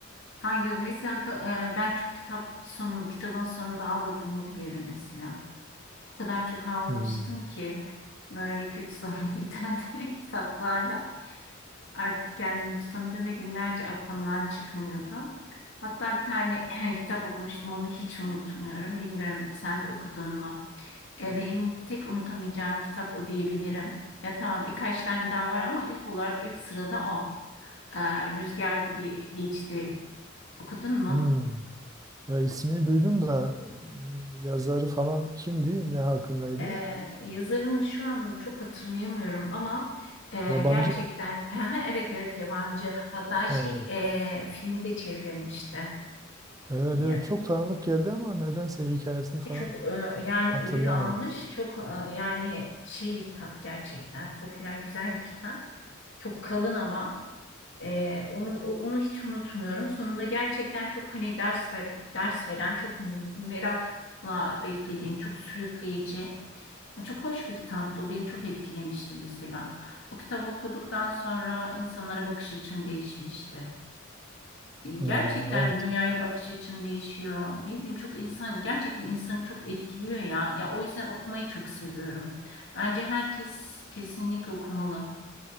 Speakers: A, on the left (about 65°); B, on the right (about 15°).
A: Hangi mesela ka- e, ben çok kitap sonun kitabın sonunda ağladığımı biliyorum mesela. O kadar çok ağlamıştım
B: Hmm.
A: ki böyle kötü sonlu <laughs> biten kitaplarda. Artık kendimi tutamıyordum ve günlerce aklımdan çıkmıyordu. Hatta bir tane <clears throat> kitap okumuştum, onu hiç unutmuyorum. Bilmiyorum sen de okudun mu? E, benim tek unutamayacağım kitap o diyebilirim. Ya tamam birkaç tane daha var ama ilk olarak ilk sırada o. E, Rüzgar gibi geçti. Okudun mu?
B: Hmm. Ya ismini duydum da e, yazarı falan kimdi? Ne hakkındaydı?
A: E, yazarını şu an çok hatırlayamıyorum ama e,
B: Yabancı
A: gerçekten
B: mı?
A: <laughs> evet evet yabancı. Hatta şey
B: Ee,
A: e, filme de çevrilmişti.
B: evet
A: Ya,
B: evet çok tanıdık geldi ama nedense hikayesini falan
A: Çok e, yani
B: hatırlayamadım.
A: ödül almış. Çok e, yani şey bir kitap gerçekten. Popüler güzel bir kitap. Çok kalın ama e, onu o- onu hiç unutmuyorum. Sonunda gerçekten çok hani ders ver, ders veren, çok merakla beklediğin çok sürükleyici. Çok hoş bir kitaptı. O beni çok etkilemişti mesela. O kitabı okuduktan sonra insanlara bakış açım değişmişti
B: Hmm,
A: gerçekten
B: evet
A: dünyaya bakış açın değişiyor. Ne bileyim çok insan gerçekten insanı çok etkiliyor ya. Ya o yüzden okumayı çok seviyorum. Bence herkes kesinlikle okumalı.